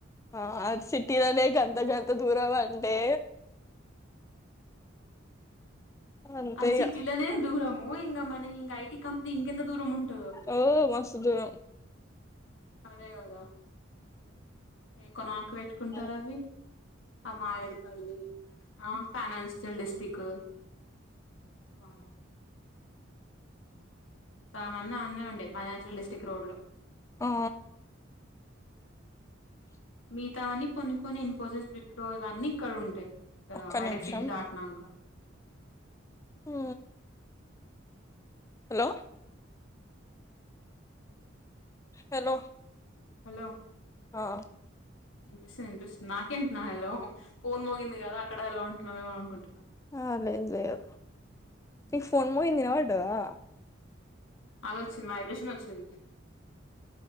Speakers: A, on the left; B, on the left.
A: ఆ అది సిటీలోనే గంత గంత దూరం అంటే అంతే
B: ఆ సిటీలోనే
A: ఇగ
B: దూరము ఇంకా మనకి ఇంకా ఐటీ కంపెనీ ఇంకెంత దూరం ఉంటదో
A: ఓ మస్తు దూరం
B: అదే కదా ఏ కొనకు పెట్టుకుంటారు
A: ఆ
B: అవి ఆ మాయడిపల్లి ఆ ఫైనాన్షియల్ డిస్టిక్ వామ్మో సగం అన్నీ అన్నే ఉండే ఫైనాన్చియల్ డిస్టిక్ట్ రోడ్ లో
A: ఆ
B: మీతావన్ని కొన్ని కొన్ని ఇన్ఫోసిస్ విప్రో ఇవన్నీ ఇక్కడ ఉంటాయి
A: ఒక్క
B: హైటెక్
A: నిమిషం
B: సిటీ దాటినాక
A: హు హలో హలో
B: హలో
A: ఆ
B: వినిపిస్తుంది వినిపిస్తుంది నాకేంటి నా హలో ఫోన్ మోగింది కదా అక్కడ ఎలా ఉంటు అే వాంగ్కుంటద
A: ఆ లేదు లేదు నీకు ఫోన్ మోగింది వినపడ్డదా
B: అది వచ్చింది వైబ్రేషన్ వచ్చింది